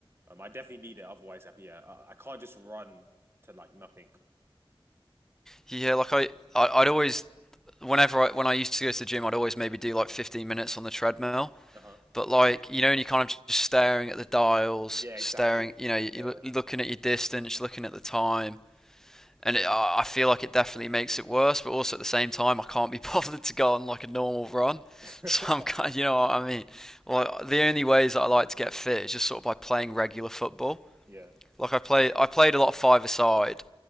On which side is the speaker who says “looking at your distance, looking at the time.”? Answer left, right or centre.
Centre